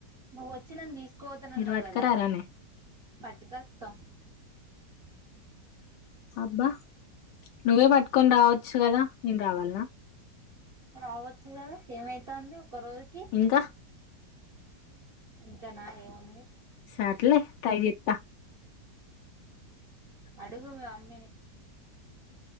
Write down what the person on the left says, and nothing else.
మీరు
పట్టుకరారానే
అబ్బా నువ్వే పట్టుకొని రావచ్చు కదా నేను రావాలన్న
ఇంకా
సార్లే ట్రై చేస్త